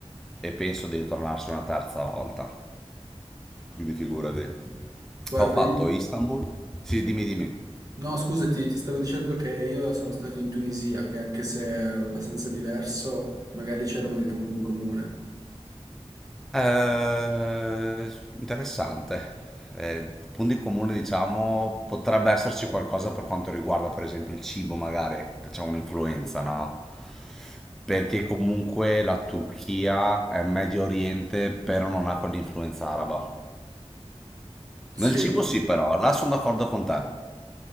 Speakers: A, in the centre; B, on the right (about 35°).
A: E penso di ritornarci una terza volta. Quindi figurati.
B: Oh. Guarda,
A: Ho fatto
B: io-
A: Istanbul. Sì, dimmi, dimmi.
B: no, scusati, ti stavo dicendo che io sono stato in Tunisia, che anche se è abbastanza diverso, magari c'erano dei punti in comune.
A: Eh, interessante. Eh, punto in comune, diciamo, potrebbe esserci qualcosa per quanto riguarda, per esempio, il cibo, magari, che c'è un'influenza, no? Perché comunque la Turchia è Medio Oriente, però non ha quell'influenza araba.
B: Sì,
A: Nel cibo sì, però, là sono d'accordo con te. Là